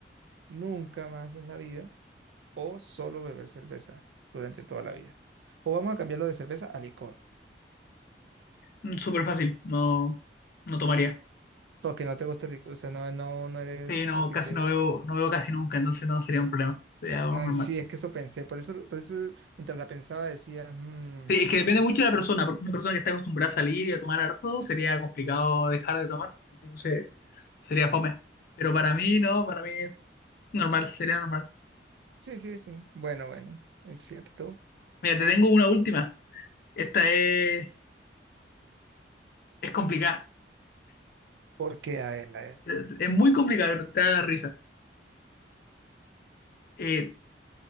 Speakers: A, on the right (about 75°); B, on the left (about 55°).
A: nunca más en la vida o solo beber cerveza durante toda la vida. O vamos a cambiarlo de cerveza a licor,
B: Mm, Súper fácil. No, no tomaría.
A: porque no te gusta el licor, o sea, no, no, no eres,
B: Sí, no,
A: así
B: casi
A: que...
B: no veo, no veo casi nunca. Entonces no sería un problema. Sería algo
A: Ay,
B: normal.
A: sí, es que eso pensé, por eso, por eso mientras la pensaba decía, "Mm,
B: Sí, es que depende
A: eh,
B: mucho de la persona. Porque una persona que está acostumbrada a salir y a tomar harto, sería complicado dejar de tomar. Entonces, sería fome. Pero para mí, no, para mí es normal, sería normal.
A: sí, sí, sí, bueno, bueno, es cierto,
B: Mira, te tengo una última. Esta es, es complicada.
A: porque, a ver, a ver,
B: Es es muy complicada, pero te da risa. Eh,